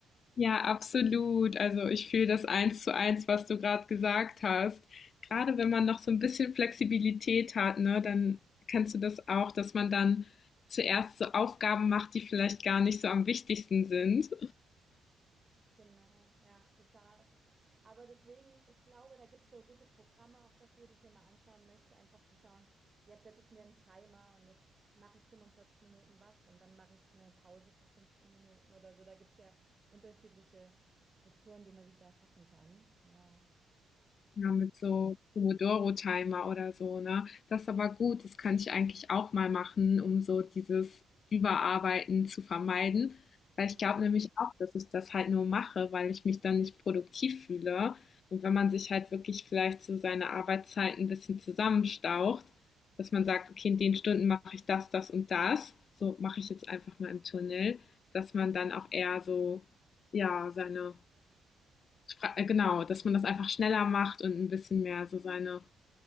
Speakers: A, on the left; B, on the right.
A: Ja, absolut. Also ich fühle das eins zu eins, was du gerade gesagt hast. Gerade wenn man noch so ein bisschen Flexibilität hat, ne, dann kennst du das auch, dass man dann zuerst so Aufgaben macht, die vielleicht gar nicht so am wichtigsten sind
B: Genau, ja, total. Aber deswegen, ich glaube, da gibt es so gute Programme auch dafür, die ich mir mal anschauen möchte, einfach zu schauen, jetzt setze ich mir einen Timer und jetzt mache ich 45 Minuten was und dann mache ich eine Pause für 15 Minuten oder so. Da gibt es ja unterschiedliche Strukturen, die man sich da schaffen kann. Ja.
A: Ja, mit so Pomodoro-Timer oder so, ne? Das ist aber gut, das kann ich eigentlich auch mal machen, um so dieses Überarbeiten zu vermeiden. Weil
B: Mhm,
A: ich glaube nämlich auch, dass ich das halt nur mache, weil ich mich dann nicht produktiv fühle. Und wenn man sich halt wirklich vielleicht so seine Arbeitszeit ein bisschen zusammenstaucht, dass man sagt, okay, in den Stunden mache ich das, das und das, so mache ich jetzt einfach mal im Tunnel, dass man dann auch eher so, ja, seine fra- äh, genau, dass man das einfach schneller macht und ein bisschen mehr so seine